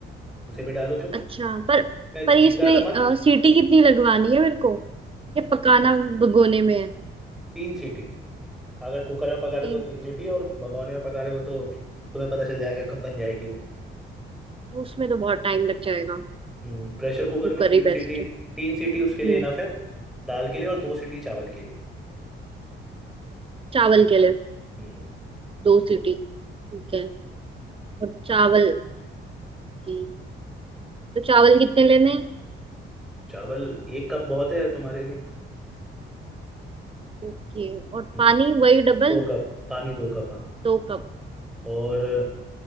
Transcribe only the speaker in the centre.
उसे भी डालो तुम
मैं
जीरा
नमक
तीन सीटी अगर कुकर में पका रहे
हो तो तीन सीटी और भगोने में पका रहे हो तो तुम्हें पता चल जाएगा कब बन जाएगी वो
हम्म प्रेशर कुकर
में तीन
सीटी
तीन सीटी
उसके लिए इनफ है दाल के लिए और दो सीटी चावल के लिए
हम्म
हम्म,
चावल एक कप बहुत है तुम्हारे लिए
हम्म
दो कप पानी दो कप हाँ
और